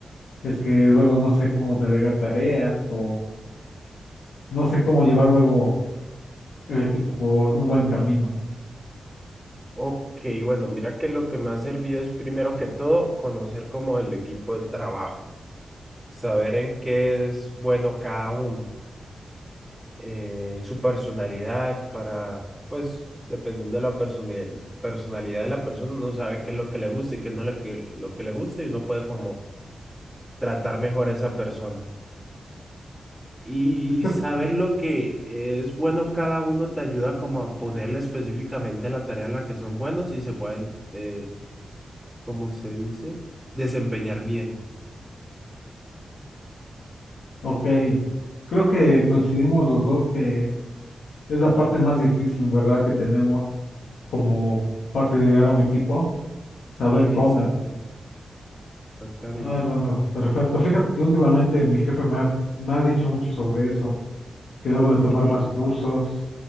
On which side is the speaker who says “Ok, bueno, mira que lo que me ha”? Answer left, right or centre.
Centre